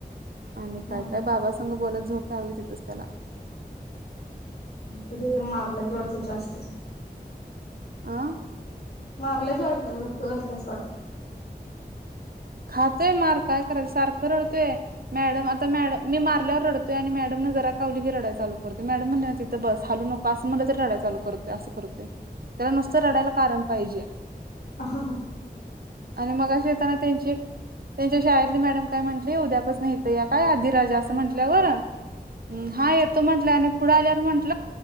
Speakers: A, on the right; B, on the left.
A: आणि
B: हा
A: काय काय बाबा बोलत झोप लागली तिथच त्याला
B: कुठे मारला ववडतं जास्तच
A: आ
B: कारला स्ड नप कला स् वाटात
A: खातय मार काय करायचं सारखं रडतोय मॅडम आता मॅड मी मारल्यावर रडतोय आणि मॅडम न जरा कावली की रडई चालू करतोय मॅडम म्हणली ना तिथं बस हलू नको असं म्हटलं तरी रडाई चालू करतोय असं करतोय त्याला नुसतं रडायला कारण पाहिजे
B: ह ह
A: आणि मग अशी येताना त्यांची एक त्यांच्या शाळेतली मॅडम काय म्हटली उद्या पासून नहेत या काय आधिराज असं म्हंटल्यावर हम्म हा येत त म्हट आणि पुढं आल्यावर म्हट